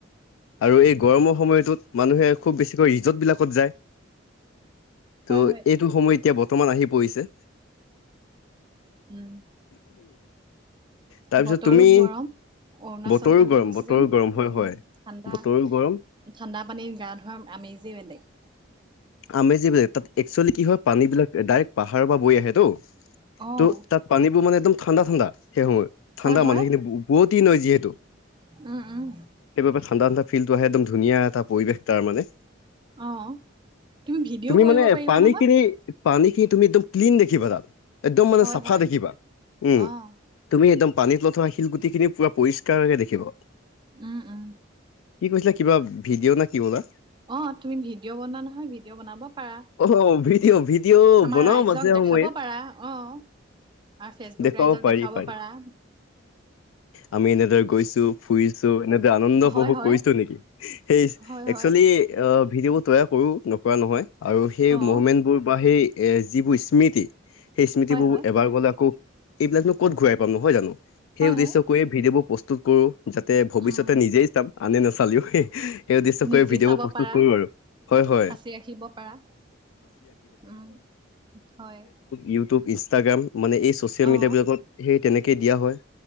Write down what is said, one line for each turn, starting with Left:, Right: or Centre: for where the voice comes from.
Left: আৰু এই গৰমৰ সময়টোত মানুহে খুব বেছিকৈ ৰিজৰ্টবিলাকত যায়
Right: হয়
Left: ত'
Right: হয়
Left: এইটো সময় এতিয়া বৰ্তমান আহি পৰিছে
Right: উম
Left: তাৰপিছত
Right: বতৰো
Left: তুমি
Right: গৰম অণ
Left: বতৰো
Right: চনফালদি
Left: গৰম
Right: গুচি
Left: বতৰো
Right: যাম
Left: গৰম হয়
Right: উম
Left: হয়
Right: ঠাণ্ডা
Left: বতৰো
Right: ঠাণ্ডা
Left: গৰম
Right: পানীত গা ধোৱাৰ আমেজেই বেলেগ
Left: আমেজী বেলেগ তাত এক্চুৱেলি কি হয় পানী বিলাক ডাইৰেক্ট পাহাৰৰ পৰা বৈ আহেতো
Right: অ',
Left: ত' তাত পানীবোৰ মানে একদম ঠাণ্ডা ঠাণ্ডা সেই সময়ত
Right: হয়
Left: ঠাণ্ডা
Right: হয়।
Left: পানীখিনি বোৱতি নৈ যিহেতু
Right: উম, উম,
Left: সেইবাবে ঠাণ্ডা ঠাণ্ডা। ফিল্ডটো আহে একদম ধুনীয়া এটা পৰিৱেশ তাৰ মানে
Right: অ তুমি ভিডিঅ' কৰিব
Left: মানে
Right: পাৰিবা
Left: পানীখিনি
Right: নহয়
Left: পানীখিনি তুমি একদম ক্লিন দেখিবা তাত একদম মানে
Right: হয়
Left: চাফা
Right: হয়।
Left: দেখিবা উম
Right: অ',
Left: তুমি একদম পানীত তলত থকা শিলগুটি খিনি পুৰা পৰিষ্কাৰকে দেখিব
Right: উম উম
Left: কি কৈছিলা কিবা ভিডিঅ' না কি বলা‌?
Right: অ তুমি ভিডিঅ' বনোৱা নহয় ভিডিঅ' বনাব পাৰা
Left: অ ভিডিঅ' ভিডিঅ'
Right: আমাৰ
Left: বনাও
Right: ৰাইজক
Left: মাজে
Right: দেখাব
Left: সময়ে
Right: পাৰা আহ আৰু ফেচবুক
Left: দেখুৱাব
Right: ৰাইজক
Left: পাৰি
Right: দেখাব
Left: পাৰি
Right: পাৰা
Left: আমি এনেদৰে গৈছো ফুৰিছো এনেদৰে আনন্দ উপভোগ
Right: হয় হয়।
Left: কৰিছো নেকি সেই
Right: হয় হয়।
Left: একচুৱেলি অ ভিডিঅবোৰ তৈয়াৰ কৰো নকৰা নহয় আৰু সেই
Right: অ',
Left: মমেণ্টবোৰ বা সেই এ যিবোৰ স্মৃতি সেই স্মৃতিবোৰ
Right: হয় হয়।
Left: এবাৰ গ'লে আকৌ এইবিলাকনো ক'ত ঘূৰাই পাম নহয় জানো
Right: হয়
Left: সেই উদ্দেশ্য
Right: হয়।
Left: কৰিয়ে ভিডিঅ' বোৰ প্ৰস্তু কৰো যাতে ভৱিষ্যতে
Right: উম,
Left: নিজেই চাম আনে নাচালিও সেই উদ্দেশ্য
Right: নিজে
Left: কৰি ভিডিঅ'
Right: চাব
Left: বোৰ প্ৰস্তুত
Right: পাৰা,
Left: কৰো আৰু ৰা হয়
Right: সাঁচি ৰাখিব পাৰা। উম হয়
Left: ইউটিউব ইনষ্টাগ্ৰাম মানে এই চচিয়েল
Right: অ
Left: মিডিয়াবলাকত সেই তেনেকেই দিয়া হয়